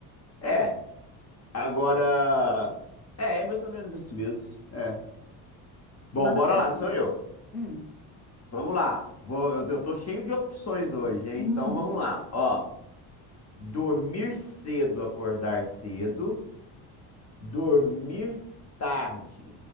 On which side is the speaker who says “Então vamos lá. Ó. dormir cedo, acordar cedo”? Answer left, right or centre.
Left